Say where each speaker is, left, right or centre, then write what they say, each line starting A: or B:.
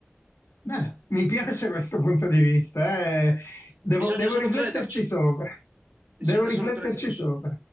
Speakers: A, on the left; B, on the right.
A: Beh, mi piace questo punto di vista, eh. Devo,
B: Bisogna
A: devo
B: solo
A: rifletterci
B: crederci,
A: sopra. Devo
B: bisogna
A: rifletterci
B: solo crederci.
A: sopra.